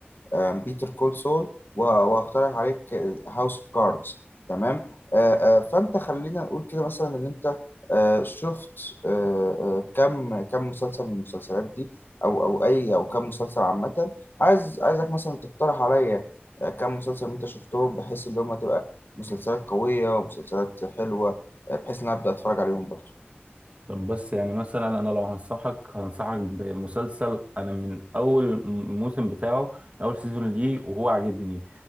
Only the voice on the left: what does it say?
بيتر كول سول وهقترح عليك هاوس اوف كاردز تمام آه، آه، فانت خلينا نقول كده مثلا اللي انت آه، شفت آه، آه، كم كم مسلسل من المسلسلات دي او او اي او كم مسلسل عامة عايز عايزك مثلا تقترح عليا آه، كم مسلسل انت شفتهم بحيث ان هم تبقى مسلسلات قوية ومسلسلات حلوة آه، بحيث ان أنا ابدا اتفرج عليهم برضه